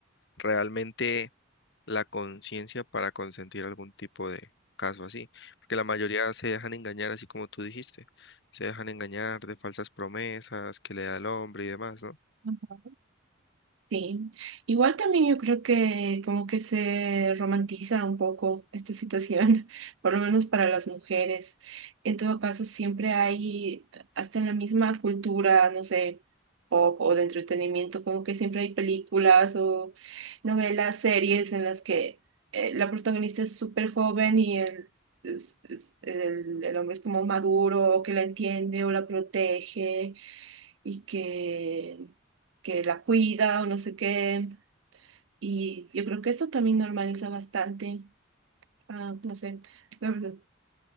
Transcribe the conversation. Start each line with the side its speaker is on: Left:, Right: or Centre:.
Left: realmente la conciencia para consentir algún tipo de caso así, porque la mayoría se dejan engañar, así como tú dijiste, se dejan engañar de falsas promesas que le da el hombre y demás, ¿no?
Right: Mm. Sí, igual también yo creo que como que se romantiza un poco esta situación, <laughs> por lo menos para las mujeres. En todo caso, siempre hay, hasta en la misma cultura, no sé, pop o de entretenimiento, como que siempre hay películas o novelas, series en las que eh, la protagonista es súper joven y el, es- es- el, el hombre es como maduro, o que la entiende o la protege y que, que la cuida o no sé qué. Y yo creo que esto también normaliza bastante, ah, no sé, la verdad.